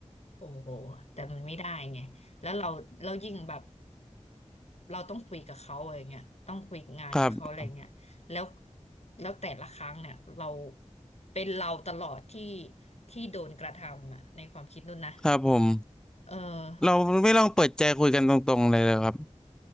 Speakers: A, on the left (about 60°); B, in the centre.
A: โอ้โหแต่มันไม่ได้ไงแล้วเราเรายิ่งแบบเราต้องคุยกับเขาอะไรเงี้ยต้องคุยงานกับเขาอะไรเงี้ยแล้ว
B: ครับ
A: แล้วแต่ละครั้งเนี่ยเราเป็นเราตลอดที่ที่โดนกระทำอ่ะในความคิดนู่นนะ
B: ครับผม
A: เออ
B: เราไม่ลองเปิดใจคุยกันตรงๆเลยเลยครับ